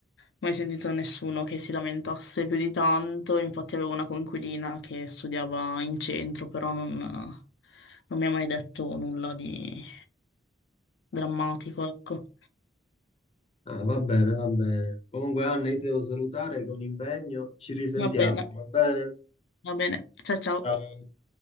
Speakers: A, on the left; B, on the left.
A: mai sentito nessuno che si lamentasse più di tanto. Infatti avevo una coinquilina che studiava in centro, però non non mi ha mai detto nulla di drammatico, ecco.
B: Ah, va bene, va bene. Comunque, Anna, io ti devo salutare che ho un impegno. Ci risentiamo,
A: Va bene,
B: va bene?
A: va bene. Ciao ciao.
B: Ciao.